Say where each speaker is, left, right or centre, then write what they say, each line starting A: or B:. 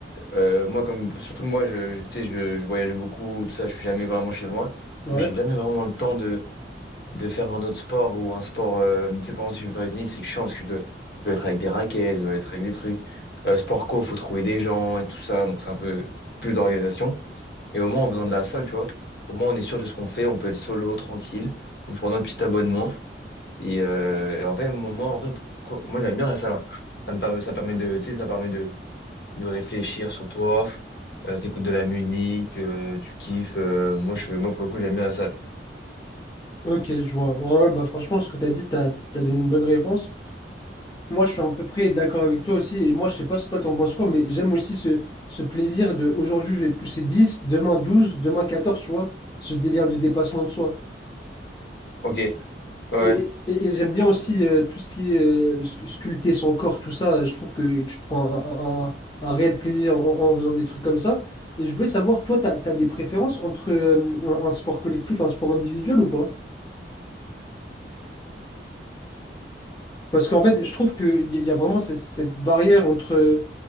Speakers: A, on the left; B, on the left.
A: euh, moi, comme surtout moi, je, je- tu sais, je, je voyage beaucoup, tout ça, je suis jamais vraiment chez moi.
B: Ouais.
A: Donc, j'ai jamais vraiment le temps de, de faire un autre sport ou un sport. euh, tu sais, par exemple, si je veux faire du tennis, c'est chiant parce que je dois, je dois être avec des raquettes, je dois être avec des trucs. Euh, sport co, faut trouver des gens et tout ça. Donc, c'est un peu plus d'organisation. Mais au moins, on a besoin de la salle, tu vois. Au moins, on est sûr de ce qu'on fait, on peut être solo, tranquille. On prend notre petit abonnement. Et, euh, et en fait, moi, en vrai, pour- pour- moi, j'aime bien la salle. hein. Ça me permet, ça permet de, tu sais, ça permet de de réfléchir sur toi, euh, t'écoutes de la musique, euh, tu kiffes. euh, moi, je, moi, pour le coup, j'aime bien la salle.
B: Ok, je vois. Ouais, ouais, bah franchement, ce que t'as dit, t'as, t'as donné une bonne réponse. Moi, je suis à peu près d'accord avec toi aussi. Et moi, je sais pas si toi, t'en penses quoi, mais j'aime aussi ce, ce plaisir de aujourd'hui, je vais pousser 10. demain 12. demain 14. tu vois, ce délire de dépassement de soi.
A: Ok, ouais. ouais.
B: Mais, et, et- et j'aime bien aussi euh, tout ce qui est euh, sc- sculpter son corps, tout ça. Je trouve que tu prends un, un- un- un réel plaisir en, en faisant des trucs comme ça. Et je voulais savoir, toi, t'as, t'as des préférences entre euh, un un sport collectif, un sport individuel ou pas? Parce qu'en fait, je trouve qu'il y y a vraiment cette, cette barrière entre,